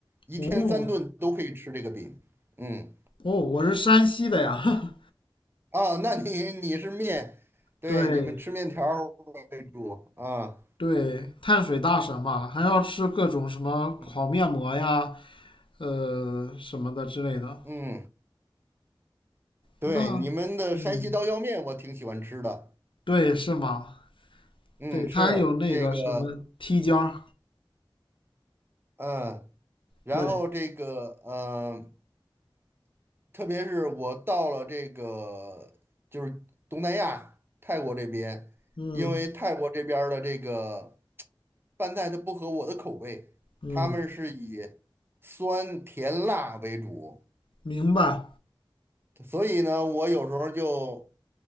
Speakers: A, on the right; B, on the left.
A: 一天三顿都可以吃这个饼。
B: 哦
A: 嗯
B: 哦，我是山西的呀，
A: 啊，那你你是面，
B: <laughs>
A: 对，
B: 对
A: 你们吃面条儿为主啊。
B: 对，碳水大神嘛，还要吃各种什么烤面膜呀，
A: 嗯
B: 呃什么的之类的。
A: 嗯，对，
B: 那，
A: 你们的山西刀削面我挺喜欢吃的。
B: 嗯，对，是吗？
A: 嗯，
B: 对，它还有那个什么梯间儿，
A: 是这个，嗯，然后这个，
B: 对，
A: 嗯、特别是我到了这个就是东南亚泰国这边，
B: 嗯
A: 因为泰国这边儿的这个拌菜它不合我的口味，
B: 嗯，
A: 他们是以酸甜辣为主，
B: 明白。
A: 所以呢，我有时候就